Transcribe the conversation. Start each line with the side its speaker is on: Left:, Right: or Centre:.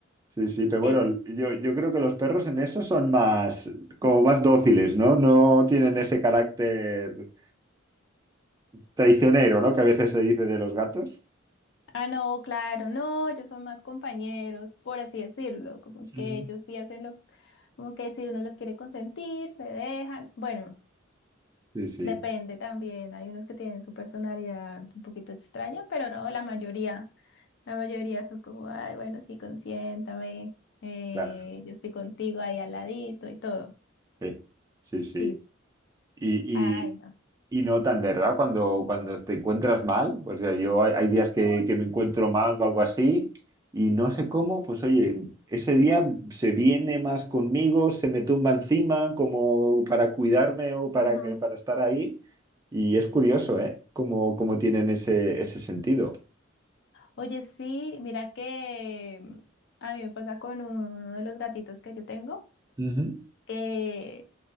Right: sí, sí, pero
Left: Eh,
Right: bueno, yo, yo creo que los perros en eso son más, como más dóciles, ¿no? No tienen ese carácter traicionero, ¿no? Que a veces se dice de los gatos.
Left: Ah, no, claro, no, ellos son más compañeros, por así decirlo, como que
Right: Ujú.
Left: ellos sí hacen lo, como que si uno los quiere consentir, se dejan, bueno,
Right: Sí, sí,
Left: depende también, hay unos que tienen su personalidad un poquito extraña, pero no, la mayoría, la mayoría son como, ay, bueno, sí, consiéntame, eh,
Right: claro.
Left: yo estoy contigo ahí al ladito y todo,
Right: Sí, sí. sí.
Left: sí, es-
Right: Y,
Left: ay, no,
Right: y, y notan, ¿verdad? Cuando, cuando te encuentras mal, pues eh, yo hay, hay días que,
Left: oye,
Right: que me
Left: sí,
Right: encuentro mal o algo así, y no sé cómo, pues oye, ese día se viene más conmigo, se me tumba encima como para cuidarme o para,
Left: Ajá.
Right: que, para estar ahí. Y es curioso, ¿eh? Cómo, cómo tienen ese, ese sentido.
Left: Oye, sí, mira que mm, a mí me pasa con uno de los gatitos que yo tengo.
Right: Ujú,
Left: que,